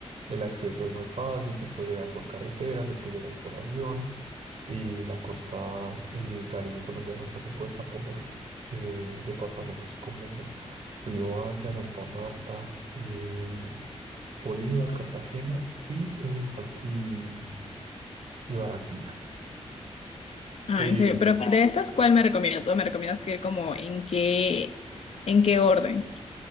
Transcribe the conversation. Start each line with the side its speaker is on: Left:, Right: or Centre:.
Right: el acceso es más fácil, se puede llegar por carretera, se puede llegar por avión, y la costa eh, Caribe colombiana está compuesta por eh, departamentos como Riohacha, Santa Marta, eh, Bolívar, Cartagena y, eh, San- y, y Barranquilla.
Left: Ah,
Right: Eh,
Left: en serio, pero de estas, ¿cuál me recomiendas? ¿O me recomiendas que ir como en qué, en qué orden?